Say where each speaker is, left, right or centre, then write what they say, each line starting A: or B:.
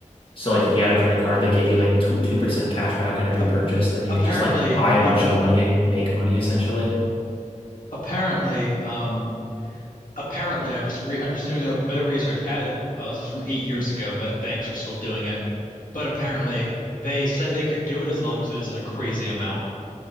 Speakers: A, on the left; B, on the left.
A: So like if you had a credit card that gave you like two 2% cash back on every
B: for
A: purchase, then you
B: apparently,
A: could just like buy a bunch
B: y-
A: of money and make money essentially.
B: apparently, um, Apparently, I'm just re I'm just doing a bit of research. As, oh, this is from eight years ago, but banks are still doing it. But apparently, they said they could do it as long as it isn't a crazy amount.